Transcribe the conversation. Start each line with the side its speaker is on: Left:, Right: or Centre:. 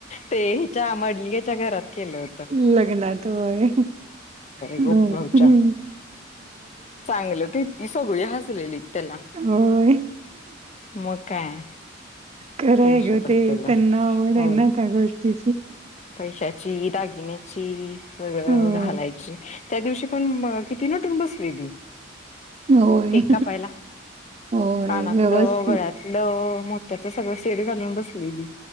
Left: ते हिच्या मडलगेच्या घरात केलं होत.
Right: लग्नात होय हम्.
Left: गोपभाऊच्या चांगलं तितली सगळी हसलेली. त्याला
Right: होय.
Left: मग काय.
Right: खरं
Left: पैसे
Right: आय ग
Left: पडतील
Right: ते त्यांना आवड
Left: होय.
Right: आय ना त्या गोष्टी
Left: पैशाची दागिन्याची सगळ
Right: हो.
Left: घालाय ची त्या दिवशी पण किती नटून बसलेली.
Right: होय.
Left: केक कापायला.
Right: होय
Left: कानातलं
Right: व्यवस्थित.
Left: गळ्यातलं मोत्याच सगळं सेट घालून बसलेली.